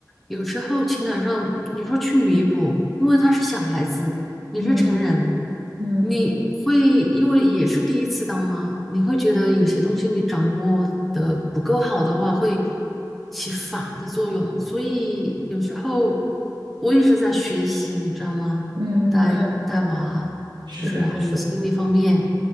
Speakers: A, in the centre; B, on the right (about 75°).
A: 有时候情感上你说去弥补，因为他是小孩子，你是成人，
B: 嗯嗯
A: 你会因为也是第一次当妈，你会觉得有些东西你掌握的不够好的话，会起反的作用。所以有时候我也是在学习，你知道吗？
B: 嗯嗯，
A: 带嗯带娃，
B: 嗯，是的，
A: 就是还有是心理方面